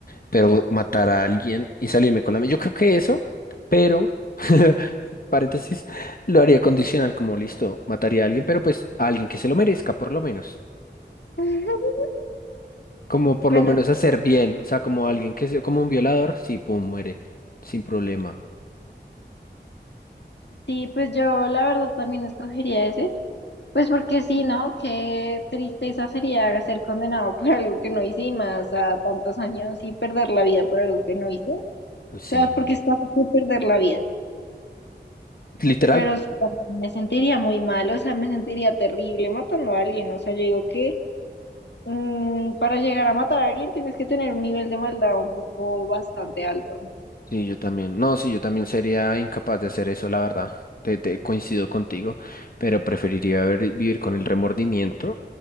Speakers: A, on the left (about 50°); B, on the left (about 70°).
A: pero matar a alguien y salirme con la mía. Yo creo que eso, pero <laughs> Paréntesis, lo haría condicional como listo, mataría a alguien, pero pues a alguien que se lo merezca por lo menos.
B: <laughs>
A: Como por
B: bueno,
A: lo menos hacer bien, o sea, como alguien que se, como un violador, sí, pum, muere, sin problema.
B: sí, pues yo la verdad también escogería ese. Pues porque sí, ¿no? Qué tristeza sería ser condenado <laughs> por algo que no hice y más a tantos años y perder la vida por algo que no hice. O
A: Sí,
B: sea, porque es fácil perder la vida.
A: literal.
B: Pero sí, me sentiría muy mal, o sea, me sentiría terrible matando a alguien. O sea, yo digo que mm, para llegar a matar a alguien tienes que tener un nivel de maldad un poco bastante alto.
A: Sí, yo también. No, sí, yo también sería incapaz de hacer eso, la verdad. Te, te coincido contigo, pero preferiría ver- vivir con el remordimiento.